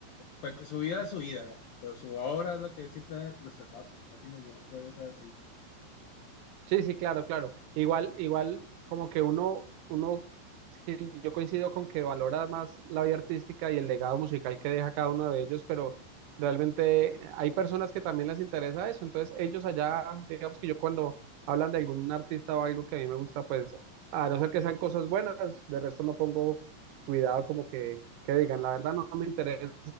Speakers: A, on the left; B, on the right.
A: cual- su vida es su vida, pero su obra es la que siempre debe preservarse, me imagino yo que debe ser así.
B: Sí, sí, claro, claro. Igual, igual, como que uno, uno, sí, yo coincido con que valora más la vida artística y el legado musical que deja cada uno de ellos, pero realmente eh, hay personas que también les interesa eso. Entonces, ellos allá, digamos que yo cuando hablan de algún artista o algo que a mí me gusta, pues, a no ser que sean cosas buenas, de resto no pongo cuidado como que, que digan, la verdad no me interesa